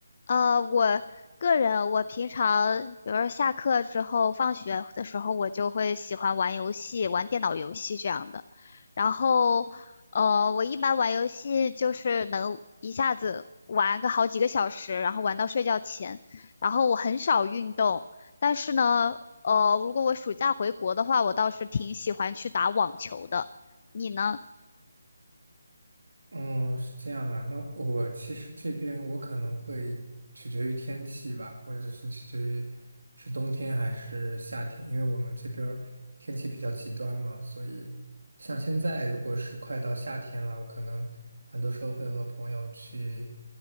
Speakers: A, on the left; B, on the right.
A: 呃，我个人，我平常，比如说下课之后、放学的时候，我就会喜欢玩游戏，玩电脑游戏这样的。然后，呃，我一般玩游戏就是能一下子玩个好几个小时，然后玩到睡觉前。然后我很少运动，但是呢，呃，如果我暑假回国的话，我倒是挺喜欢去打网球的。你呢？
B: 哦，是这样啊。那我其实这边我可能会取决于天气吧，或者是取决于是冬天还是夏天，因为我们这边儿天气比较极端嘛，所以像现在如果是快到夏天了，我可能很多时候会和朋友去